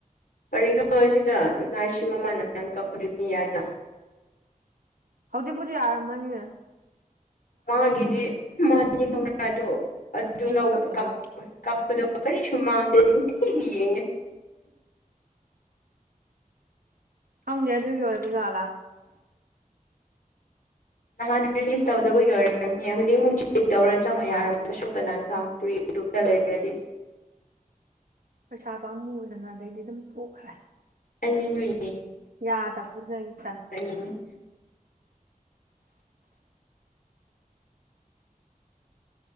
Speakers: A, on the left; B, on the right.
A: ꯀꯔꯤꯅꯣ ꯁꯤꯗ ꯅꯏ ꯁꯤ ꯃꯃꯜ ꯅꯥꯟ ꯀꯛꯄꯗꯨꯅꯤ ꯍꯥꯏꯅ
B: ꯍꯧꯖꯤꯛꯕꯨꯗꯤ ꯑꯔꯃꯅꯤ
A: ꯃꯥꯒꯤꯗꯤ ꯃꯥꯒꯤꯥꯗ ꯑꯗꯨꯗꯣꯔꯤ
B: ꯑꯩꯒꯤ ꯀꯛꯄꯗꯣ
A: ꯁꯨꯃꯗꯅ ꯊꯒꯤ ꯌꯦ
B: ꯈꯪꯗꯦ ꯑꯗꯨꯒꯤ ꯑꯣꯏꯕꯖꯥꯠꯂꯥ
A: ꯅꯍꯥꯟ ꯔꯤꯂꯤꯁ ꯇꯧꯗꯕꯒꯤ ꯑꯣꯏꯔꯝꯒꯅꯤꯌꯦ ꯍꯧꯖꯤꯛꯃꯨꯛ ꯆꯦꯛ ꯇꯧꯔ ꯆꯪꯉꯣ ꯌꯥꯔꯝꯃꯁꯨ ꯀꯅꯥ ꯈꯪ ꯒ ꯂꯩꯔꯔꯗꯤ
B: ꯄꯩꯁꯥ ꯄꯥꯝꯃꯨꯗꯅ ꯑꯗꯩꯗꯤ ꯑꯗꯨꯝ ꯄꯣꯛꯈ꯭ꯔꯦ
A: ꯑꯩꯅꯤ ꯅꯨꯏ
B: ꯌꯥꯗꯕꯗꯨꯗꯥ ꯑꯩꯅꯥ ꯇꯟꯗꯅ
A: ꯌꯦꯡꯅꯤꯡ
B: <inaudible> <unintelligible>